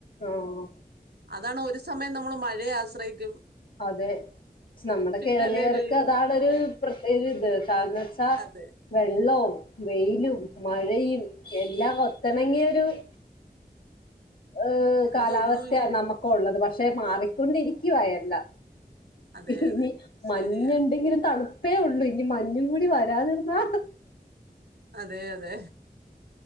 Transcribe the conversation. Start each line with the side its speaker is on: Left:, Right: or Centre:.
Left: ആഹ്
Right: അതാണ് ഒരു- സമയം നമ്മള് മഴയെ ആശ്രയിക്കും
Left: അതെ നമ്മുടെ
Right: പിന്നല്ലേ
Left: കേരളീയർക്ക്
Right: വെയിൽ
Left: അതാണ് ഒരു പ്രത്യക ഇത് കാരണം- ആ വെള്ള-
Right: അതെ
Left: വെള്ളവും വെയിലും മഴയും എല്ലാം ഒത്തിണങ്ങിയ ഒരു- ഏഹ കാലാവസ്ഥയ
Right: ഇതൊന്നും
Left: നമുക്ക് ഉള്ളത് പക്ഷെ മാറിക്കൊണ്ടിരിക്കുവ എല്ലാം
Right: അതെ
Left: ഇനി
Right: അതെ
Left: മഞ്ഞുണ്ടെങ്കിലും
Right: ശരിയാ
Left: തണു ഇപ്പേ ഉള്ളൂ ഇനി മഞ്ഞും കൂടി വരാതിരുന്നാ
Right: അതെ അതെ